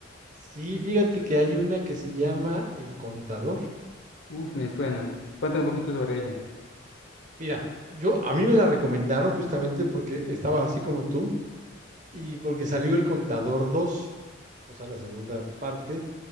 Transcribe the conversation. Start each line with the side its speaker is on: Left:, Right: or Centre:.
Right: Sí, fíjate que hay una que se llama El Contador.
Left: Uy, me suena. Cuéntame un poquito sobre ella.
Right: Mira, yo a mí me la recomendaron justamente porque estaba así como tú y porque salió El Contador dos, o sea, la segunda parte,